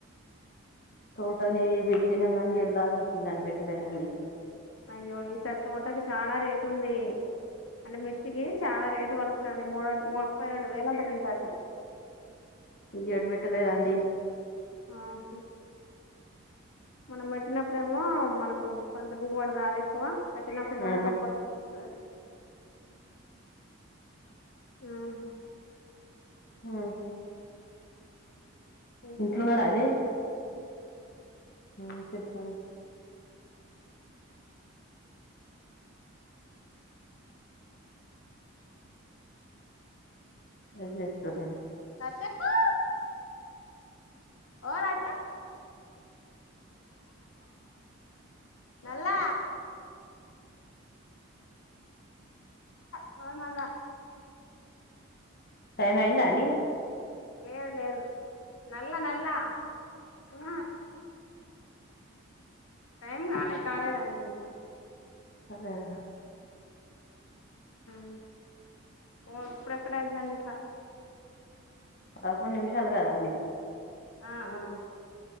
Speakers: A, on the left; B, on the left.
A: తోట నే పెట్టినం గాని ఈ ఏడు లాస్ వచ్చిందని పెట్టలేదు అండి
B: అయ్యో ఈ సారి తోటకి చాలా రేటు ఉంది అంటే మిర్చికి చాలా రేటు వలుకుతుంది మూడు మ ముప్పై రెండు వేయిలు అంట క్వింటాకు
A: ఈ ఏడు పెట్ట లేదండి
B: ఆహ మనం పెట్టినప్పుడేమో మనకు పంటదిగుబడి రాలే ఎక్కువ పెట్టనప్పుడు మరే
A: ఆ
B: కంపల్సరీ ఆహా
A: హ
B: ఇంకేంటి
A: ఇంట్లో ఉన్నాడా అజయ్ హా చెప్పండి ఎజేస్తరు
B: అ చె పో అ నల న మమాందా
A: టైం అయిందా అండి
B: లేదు లేదు నల్ల నల్ల హు టైం కాలే కాలేదండి ఇంకా
A: అదేగా
B: మ్ ఓ ఇప్పుడు ఎక్కడ అయిందండి కాద్
A: పదకొండు నిమిషాలు కదా అండి
B: ఆ ఆ